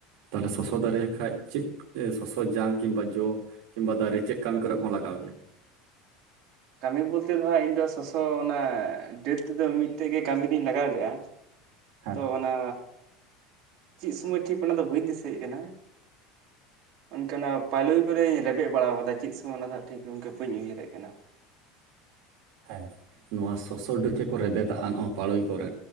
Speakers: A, on the right (about 65°); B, on the right (about 45°).
A: ᱛᱟᱦᱞᱮ ᱥᱚᱥᱚ ᱫᱟᱨᱮ ᱠᱷᱟᱱᱡ ᱪᱮᱫ? ᱮ ᱥᱚᱥᱚ ᱡᱟᱝ ᱠᱤ ᱵᱟᱝ ᱡᱚ? ᱠᱤᱢᱵᱟ ᱫᱟᱨᱮ ᱪᱮᱫ ᱠᱟᱹᱢᱤ ᱠᱚᱨᱮ ᱵᱚᱱ ᱞᱟᱜᱟᱣ ᱜᱮᱭᱟ?
B: ᱠᱟᱹᱢᱤ ᱵᱚᱞᱛᱮ ᱫᱚ ᱦᱟᱸᱜ ᱤᱧ ᱫᱚ ᱥᱚᱥᱚ ᱚᱱᱟ ᱰᱟᱹᱨ ᱛᱮᱫᱚ ᱢᱤᱫᱴᱮᱡ ᱜᱮ ᱠᱟᱹᱢ ᱨᱤᱧ ᱞᱟᱜᱟᱣ ᱞᱮᱫᱼᱟ᱾
A: ᱦᱮᱸ
B: ᱛᱚ ᱚᱱᱟ, ᱪᱮᱫ ᱥᱚᱢᱚᱭ ᱴᱷᱤᱠ ᱚᱱᱟ ᱫᱚ ᱵᱟᱹᱧ ᱫᱤᱥᱟᱹᱭᱮᱫ ᱠᱟᱱᱟ᱾ ᱚᱱᱠᱟᱱᱟᱜ ᱯᱟᱞᱩᱭ ᱠᱚᱨᱮᱧ ᱨᱮᱵᱮᱫ ᱵᱟᱲᱟᱣ ᱠᱟᱫᱟ ᱪᱮᱫ ᱥᱚᱢᱚᱭ ᱚᱱᱟ ᱫᱚ ᱦᱟᱸᱜ ᱴᱷᱤᱠ ᱚᱱᱠᱟ ᱵᱟᱹᱧ ᱩᱭᱦᱟᱹᱨᱮᱫ ᱠᱟᱱᱟ᱾
A: ᱦᱮᱸ ᱱᱚᱣᱟ ᱥᱚᱥᱚ ᱰᱟᱹᱨ ᱪᱮᱫ ᱠᱚ ᱨᱮᱵᱮᱫᱼᱟ ᱱᱚᱶᱟ ᱯᱟᱲᱳᱭ ᱠᱚᱨᱮ᱾